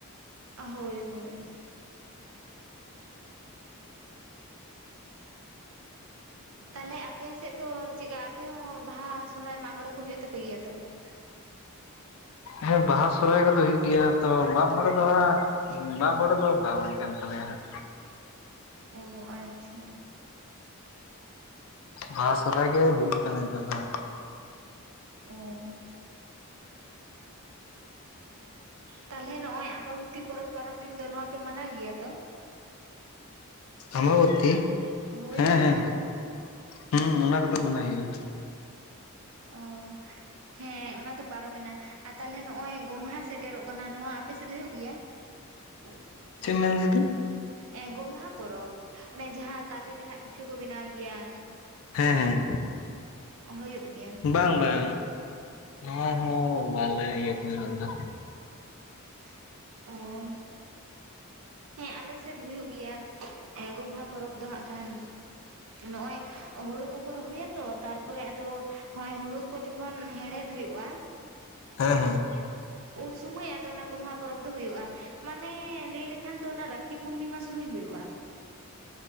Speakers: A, on the right (about 65°); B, on the left (about 65°).
A: ᱦᱳᱭ ᱦᱳᱭ᱾ ᱛᱟᱞᱦᱮ ᱟᱯᱮ ᱥᱮᱜ ᱫᱚ ᱪᱮᱜᱠᱟ? ᱟᱯᱮ ᱦᱚᱸ ᱵᱟᱦᱟ ᱥᱚᱨᱦᱟᱭ ᱢᱟᱜᱽ ᱢᱚᱬᱮ ᱠᱚ ᱦᱚᱭᱩᱜ ᱛᱟᱯᱮ ᱜᱮᱭᱟ ᱛᱚ? <inaudible>
B: ᱦᱮᱸ ᱵᱟᱦᱟ ᱥᱚᱨᱦᱟᱭ ᱠᱚᱫᱚ ᱦᱩᱭᱩᱜ ᱜᱮᱭᱟ ᱛᱚ ᱢᱟᱜᱽ ᱢᱚᱬᱮ ᱫᱚ ᱦᱟᱸᱜ <unintelligible> ᱢᱟᱜᱽ ᱵᱚᱬᱮ ᱫᱚ ᱵᱟᱝ ᱦᱩᱭ ᱠᱟᱱ ᱛᱟᱞᱮᱭᱟ ᱦᱟᱸᱜ᱾
A: ᱚᱻ ᱟᱪᱪᱷᱟ᱾
B: ᱵᱟᱦᱟ ᱥᱚᱨᱦᱟᱭ ᱜᱮ ᱦᱩᱭᱩᱜ ᱠᱟᱱᱟ ᱱᱤᱛᱟᱨ ᱫᱚ ᱦᱟᱸᱜ᱾
A: ᱚᱻᱚ ᱛᱟᱦᱚᱞᱮ ᱱᱚᱜᱼᱚᱭ ᱟᱢᱵᱟᱵᱚᱛᱤ ᱯᱚᱨᱚᱵᱽ ᱯᱟᱨᱚᱢᱮᱱ ᱫᱚ ᱱᱚᱣᱟ ᱯᱮ ᱢᱟᱱᱟᱣ ᱜᱮᱭᱟ ᱛᱚ?
B: ᱟᱢᱵᱟᱵᱚᱛᱤ
A: ᱦᱳᱭ
B: ᱦᱮᱸ
A: ᱱᱚᱜᱼᱚᱭ
B: ᱦᱮᱸ
A: ᱯᱟᱨᱚᱢᱮᱱ
B: ᱦᱩᱸ ᱚᱱᱟ ᱠᱚᱫᱚ ᱢᱟᱱᱟᱣ ᱦᱩᱭᱩᱜᱼᱟ᱾
A: ᱚᱻᱚ ᱦᱮᱸ᱾ ᱚᱱᱟ ᱛᱚ ᱯᱟᱨᱚᱢᱮᱱᱟ ᱟᱨ ᱛᱟᱞᱦᱮ ᱱᱚᱜᱼᱚᱭ ᱜᱚᱢᱦᱟ ᱥᱮᱴᱮᱨᱚᱜ ᱠᱟᱱᱟ ᱱᱚᱣᱟ ᱟᱯᱮ ᱥᱮᱫ ᱦᱩᱭᱩᱜ ᱜᱮᱭᱟ? <inaudible>
B: ᱪᱮᱜ <unintelligible> ᱢᱮᱱ ᱫᱤᱫᱤ?
A: ᱮᱸ ᱜᱚᱢᱦᱟ ᱯᱚᱨᱚᱵᱽ ᱚᱱᱮ ᱡᱟᱦᱟᱸ ᱛᱟᱞᱮ ᱨᱮᱱᱟᱜ ᱯᱤᱴᱷᱟᱹ ᱠᱚ ᱵᱮᱱᱟᱣ ᱜᱮᱭᱟ᱾
B: ᱦᱮᱸ ᱦᱮᱸ
A: ᱦᱩᱭᱩᱜ ᱜᱮᱭᱟ᱾
B: ᱵᱟᱝ ᱵᱟᱝ ᱱᱚᱣᱟ ᱦᱚᱸ ᱵᱟᱞᱮ ᱤᱭᱟᱹ᱾ <unintelligible> <unintelligible>
A: <unintelligible> ᱦᱮᱸ ᱟᱞᱮ ᱥᱮᱫ ᱦᱩᱭᱩᱜ ᱜᱮᱭᱟ ᱜᱚᱢᱦᱟ ᱯᱚᱨᱚᱵᱽ ᱫᱚ ᱦᱟᱸᱜ ᱠᱷᱟᱱ᱾ ᱱᱚᱜᱼᱚᱭ ᱦᱩᱲᱩ ᱠᱚᱠᱚ ᱨᱚᱦᱚᱭᱟ ᱛᱚ ᱛᱟᱨᱯᱚᱨᱮ ᱟᱫᱚ ᱱᱚᱜ ᱚᱭ ᱦᱩᱲᱩ ᱠᱚ ᱡᱚᱠ <unintelligible> ᱠᱷᱚᱱ ᱦᱮᱬᱦᱮᱫ ᱦᱩᱭᱩᱜᱼᱟ
B: ᱦᱮᱸ ᱦᱮᱸ᱾
A: ᱩᱱ ᱥᱩᱢᱟᱹᱭ ᱟᱫᱚ ᱚᱱᱟ ᱜᱳᱢᱦᱟ ᱯᱚᱨᱚᱵᱽ ᱫᱚ ᱦᱩᱭᱩᱜᱼᱟ᱾ ᱢᱟᱱᱮ ᱞᱟᱹᱭ ᱞᱮᱠᱷᱟᱱ ᱫᱚ ᱚᱱᱟ ᱨᱟᱠᱷᱤ ᱯᱩᱨᱱᱤᱢᱟ ᱥᱩᱢᱟᱹᱭ ᱦᱩᱭᱩᱜᱼᱟ᱾